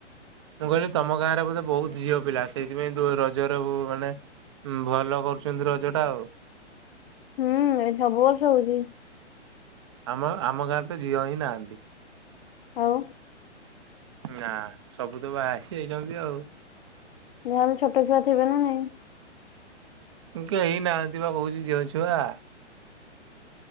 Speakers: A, on the right; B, on the left.
A: ମୁଁ କହିଲି ତମ ଗାଁ ରେ ବୋଧେ ବହୁତ ଝିଅ ପିଲା ସେଇଥିପାଇଁ ରଜର ମାନେ ଭଲ କରୁଛନ୍ତି ରଜ ଟା ଆଉ।
B: ହୁଁ ଏ ସବୁ ବର୍ଷ ହଉଛି।
A: ଆମ ଆମ ଗାଁରେ ତ ଝିଅ ହିଁ ନାହାନ୍ତି।
B: ଆଉ
A: ନା ସବୁ ତ ବାହା ହେଇଯାଇଛନ୍ତି ଆଉ ।
B: ନହେଲେ ଛୋଟ ଛୁଆ ଥିବେ ନା ନାଇଁ।
A: କେହି ନାହାଁନ୍ତି ବା କହୁଛି ଝିଅ ଛୁଆ।